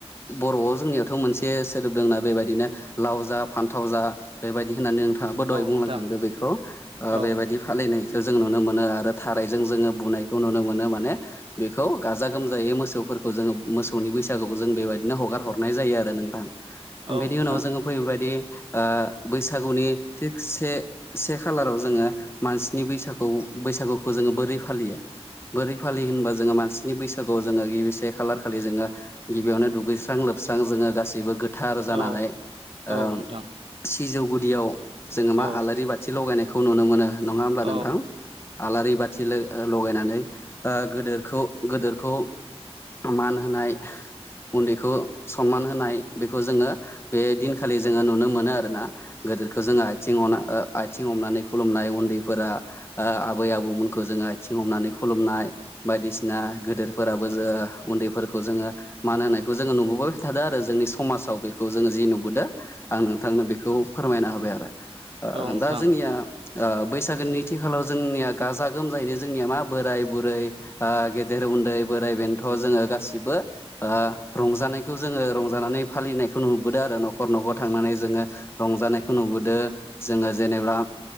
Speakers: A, on the left (about 25°); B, on the right (about 55°).
A: बर'आव जोंनियावथ' मोनसे सोदोब दोंना बेबायदिनो लाव जा जा, फान्थाव जा बेबायदि होननानै नोंथाङाबो दहाय बुंलांखांदो
B: नोंथां
A: बेखौ ओ
B: औ
A: बेबायदि फालिनाय जों नुनो मोनो आरो थारायजों जोङो बुनायखौ नुनो मोनो माने बेखौ गाजा गोमजायै मोसौ फोरखौ जोङो मोसौनि बैसागुखौ जों बेबायदिनो हगार हरनाय जायो आरो नोंथां,
B: औ
A: बेनि
B: नोंथां
A: उनाव जोङो। बेफोरबादि ओ बैसागुनि थिगसे से खालाराव जोङो मानसिनि बै सागुखौ जोङो बोरै फालियो? बोरै फालियो होनबा जोङो मानसिनि बैसागुआव जोङो गिबि से खालार खालि जोङो गिबियावनो दुगैस्रां लोब लोबस्रां जोङो गासैबो गोथार
B: औ
A: जानानै ओ
B: औ नोंथां।
A: सिजौ गुदियाव जोङो
B: औ
A: मा आलारि बाथि लगायनायखौ नुनो मोनो। नङा होमब्ला
B: औ
A: नोंथां? आलारि बाथि लो ओ लगायनानै ओ गोदोरखौ गोदोरखौ मान होनाय, उन्दैखौ सनमान होनाय बेखौ जोङो बे दिन खालि जोङो नुनो मोनो आरोना, गोदोरखौ जोङो आयथिं आयथिं हमनानै खुलुमनाय, उन्दैफोरा ओ आबै आबौमोनखौ जोङो आयथिं हमनानै खुलुमनाय। बायदिसिना गोदोरफोराबो जो उन्दैफोरखौ जोङो मान होनायखौ जोङो नुबोबाय थादो आरो जों। जोंनि समाजाव बेखौ जोङो जि नुबोदो। आं नोंथांनो बेखौ फोरमायना होबाय आरो
B: नोंथां
A: ओ दा जोंनिया ओ बैसागोनि नैथि खालाराव जोंनिया गाजा गोमजायैनो जोंनिया मा बोराय बुरै ओ गेदेर उन्दै, बोराय बेन्थ'। खौ जोङो गासिबो ओ रंजानायखौ जोङो रंजानानै फालिनायखौ नुबोदो आरो न'खर न'खर न'खर थांनानै जोङो रंजानायखौ नुबोदो, जोङो जेनेब्ला